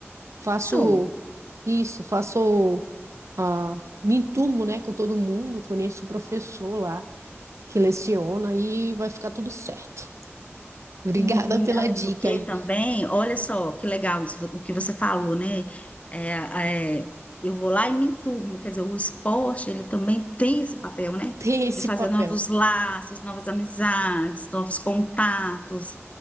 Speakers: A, on the left; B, on the right.
A: isso.
B: Faço isso, faço a me enturmo, né, com todo mundo, conheço o professor lá que leciona e vai ficar tudo certo. <laughs> Obrigada
A: E,
B: pela
A: e além
B: dica
A: do que
B: aí.
A: também, olha só que legal isso, o que você falou, né? É, é, eu vou lá e me enturmo, quer dizer, o esporte ele também tem esse papel, né?
B: Tem esse
A: De fazer
B: papel.
A: novos laços, novas amizades, novos contatos,